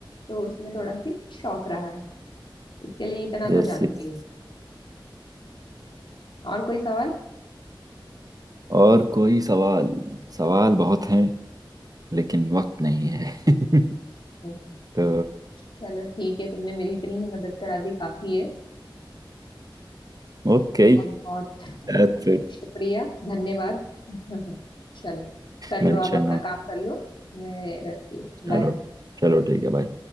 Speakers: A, on the left; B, on the right.
A: तो उसमें थोड़ा सी शौक रहा है इसके लिए इतना तो
B: Yes
A: जानती
B: yes
A: हूँ और कोई सवाल <laughs>
B: और कोई सवाल सवाल बहुत हैं लेकिन वक्त नहीं है <laughs>
A: हम्म,
B: तो
A: चलो ठीक है तुमने मेरी इतनी ही मदद करा दी काफी है
B: okay
A: और बहुत
B: that's it
A: शुक्रिया धन्यवाद <laughs> चलो कर लो
B: Mention
A: आप अपना
B: note
A: काम कर लो मैं रखती हूँ
B: <laughs> चलो
A: बाय
B: चलो ठीक है भाई